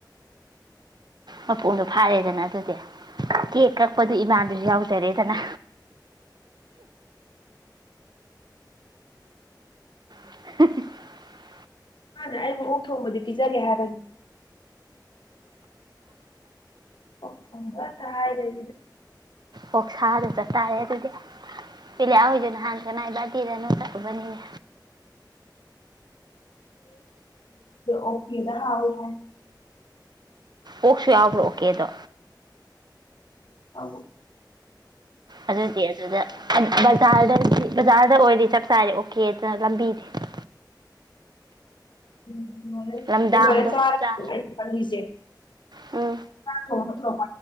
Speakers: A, on the right; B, on the left.
A: ꯃꯄꯨꯡꯗꯣ ꯐꯥꯔꯦꯗꯅ ꯑꯗꯨꯗꯤ ꯀꯦꯛ ꯀꯛꯄꯗꯨ ꯏꯃꯥꯟꯗꯨꯁꯨ ꯌꯥꯎꯖꯔꯦꯗꯅ <inaudible>
B: ꯃꯥꯅꯦ ꯑꯩꯕꯨ ꯑꯣꯨꯛ ꯊꯣꯡꯕꯗꯤ ꯄꯤꯖꯒꯦ ꯍꯥꯏꯕꯅꯦ ꯑꯣ ꯊꯣꯡꯕ ꯇ ꯍꯥꯏꯔꯗ
A: ꯑꯣꯣꯛꯁꯥꯗ ꯆꯠꯇꯥꯔꯦ ꯑꯗꯨꯗꯤ ꯄꯤꯂꯦ ꯍꯣꯏꯁꯨ ꯅꯍꯥꯟꯒꯅꯥꯏꯕꯗꯤꯔꯅ ꯆꯠꯂꯨꯕꯅꯤꯅꯦ
B: ꯑꯣ ꯐꯗ ꯍꯥꯥꯎ ꯍꯥꯏ
A: ꯑꯣꯛꯁꯨ ꯌꯥꯎꯕ꯭ꯔꯣ ꯑꯣꯀꯦꯗꯣ
B: ꯑ
A: ꯑꯗꯨꯗꯤ ꯑꯗꯨꯗ ꯖꯗ ꯖꯔꯗ ꯑꯣꯏꯔꯤ ꯆꯞ ꯆꯥꯔꯦ ꯑꯣꯀꯦ ꯑꯗꯨꯅ ꯂꯝꯕꯤꯗꯤꯦ
B: ꯎꯝ
A: ꯂꯝꯗꯥꯡꯗꯣ
B: ꯑꯗꯨꯃꯥꯏꯅ ꯆ
A: ꯆꯥ
B: ꯂꯤꯖꯦ
A: ꯎꯝ
B: ꯊꯄꯒꯗꯨ